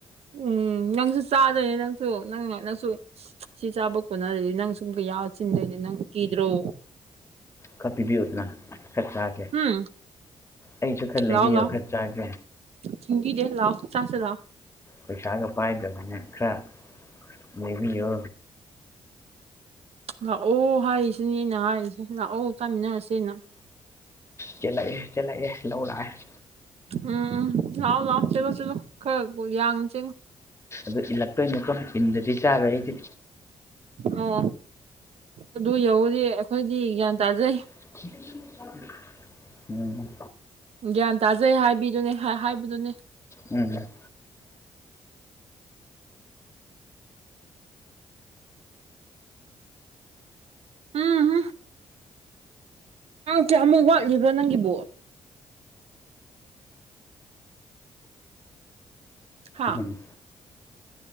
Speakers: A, on the right; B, on the left.
A: ꯎꯝ ꯅꯪꯁꯨ ꯆꯥꯗꯣꯏꯅꯦ ꯅꯪꯁꯨ ꯅꯪ ꯅꯪꯁꯨ ꯁꯤ ꯆꯥꯕ ꯀꯣꯟꯅꯗꯔꯗꯤ ꯅꯪ ꯁꯨ ꯑꯃꯨꯛꯀ ꯌꯥꯎ ꯆꯤꯟꯗꯣꯏꯅꯦ ꯅꯪ ꯀꯤꯗ꯭ꯔꯣ꯫
B: ꯈꯔ ꯄꯤꯕꯤꯌꯨꯗꯅ ꯈꯔ ꯆꯥꯒꯦ
A: ꯎꯝ
B: ꯑꯩꯁꯨ ꯈꯔ ꯂꯩꯕꯤꯌꯣ
A: ꯂꯥꯎ ꯂꯥꯎ
B: ꯈꯔ ꯆꯥꯒꯦ
A: ꯊꯤꯡꯕꯤꯗꯦ ꯂꯥꯎ ꯆꯥꯁꯦ ꯂꯥꯎ꯫
B: ꯄꯩꯁꯥꯅ ꯄꯥꯏꯗꯕꯅ ꯈꯔ ꯂꯩꯕꯤꯌꯣ
A: ꯂꯥꯛꯑꯣ ꯍꯥꯏꯔꯤꯁꯤꯅꯦ ꯑꯩꯅ ꯍꯥꯏꯔꯤꯁꯦ ꯂꯥꯛꯑꯣ ꯇꯥꯃꯤꯟꯅꯔꯁꯦ ꯑꯩꯅ
B: ꯆꯦꯜꯂꯛꯑꯦ ꯆꯦꯜꯂꯛꯑꯦ ꯂꯧ ꯂꯛꯑꯦ꯫
A: ꯎꯝ ꯂꯥꯛꯑꯣ ꯂꯥꯛꯑꯣ ꯆꯤꯂꯣ ꯆꯤꯂꯣ ꯈꯔ ꯌꯥꯡꯉꯨ ꯆꯦꯡꯉꯨ
B: ꯑꯗꯨ ꯏꯜꯂꯛꯇꯣꯏꯅꯦꯀꯣ ꯏꯟꯗꯗꯤ ꯆꯥꯔꯣꯏ ꯑꯩꯗꯤ
A: ꯑꯣ ꯑꯗꯨ ꯌꯧꯔꯗꯤ ꯑꯩꯈꯣꯏꯗꯤ ꯒ꯭ꯌꯥꯟ ꯇꯥꯖꯩ꯫
B: <inaudible> ꯎꯝ
A: ꯒ꯭ꯌꯥꯟ ꯇꯥꯖꯩ ꯍꯥꯏꯕꯤꯗꯨꯅꯦ ꯍꯥꯏꯕꯗꯨꯅꯦ꯫
B: ꯎꯝ
A: ꯎꯝ ꯀꯌꯥꯃꯨꯛ ꯋꯥꯠꯂꯤꯕ꯭ꯔꯣ ꯅꯪꯒꯤꯕꯨ ꯍꯥ
B: ꯎꯝ